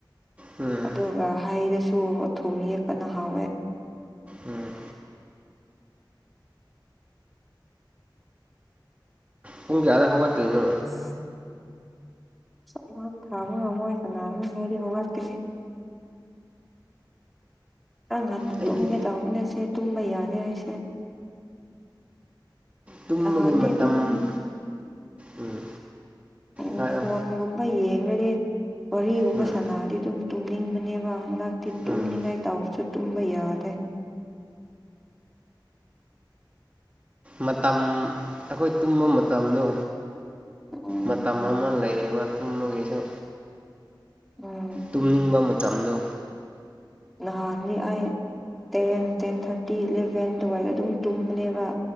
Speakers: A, on the right; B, in the centre.
A: ꯎꯝ
B: ꯑꯗꯨꯒ ꯍꯩꯗꯁꯨ ꯊꯨꯝ ꯌꯦꯛꯄꯅ ꯍꯥꯎꯋꯦ
A: ꯎꯝ ꯄꯨꯡ ꯀꯌꯥꯗ ꯍꯧꯒꯠꯇꯣꯢꯅꯣ
B: ꯎꯝ ꯑꯃꯝ ꯊꯥ ꯑꯃ ꯉꯝꯃꯣꯢ ꯅꯥꯔꯅꯤꯉꯥꯏꯗꯤ ꯑꯩꯗꯤ ꯍꯧꯒꯠꯀꯅꯤ ꯑ ꯉꯟꯅ
A: ꯑꯩꯗꯤ
B: ꯇꯨꯝꯒꯦ ꯇꯧꯕꯅꯦꯁꯦ ꯇꯨꯝꯕ ꯌꯥꯗꯦ ꯑꯩꯁꯦ
A: ꯇꯨꯝꯕꯒꯤ
B: ꯅꯍꯥꯟꯗꯤ
A: ꯃꯇꯝ
B: ꯑꯗꯨꯝ
A: ꯎꯝ
B: ꯎꯝ
A: ꯍꯥꯏꯌꯣ
B: ꯐꯣꯟꯒꯨꯝꯕ ꯌꯦꯡꯒ꯭ꯔꯗꯤ ꯋꯥꯔꯤꯒꯨꯝꯕ
A: ꯎꯝ
B: ꯁꯥꯟꯅꯔꯗꯤ ꯑꯗꯨꯝ ꯇꯨꯝꯅꯤꯡꯕꯅꯦꯕ ꯍꯟꯗꯛ ꯗꯤ ꯇꯨꯝꯅꯤꯡꯉꯥꯏ
A: ꯎꯝ
B: ꯇꯧꯔꯁꯨ ꯇꯨꯝꯕ ꯌꯥꯗꯦ
A: ꯃꯇꯝ ꯑꯈꯣꯏ ꯇꯨꯝꯕ ꯃꯇꯝꯗꯣ
B: ꯎꯝ
A: ꯃꯇꯝ ꯑꯃ ꯂꯩꯌꯦꯕ ꯇꯨꯝꯕꯒꯤꯁꯨ
B: ꯎꯝ
A: ꯇꯨꯝꯅꯤꯡꯕ ꯃꯇꯝꯗꯨ
B: ꯅꯍꯥꯟꯅꯤ ꯑꯩ ꯇꯦꯟ ꯇꯦꯟ ꯊꯥꯔꯇꯤ ꯏꯂꯚꯦꯟ ꯑꯗꯨꯋꯥꯏꯗ ꯑꯗꯨꯝ ꯇꯨꯝꯕꯅꯦꯕ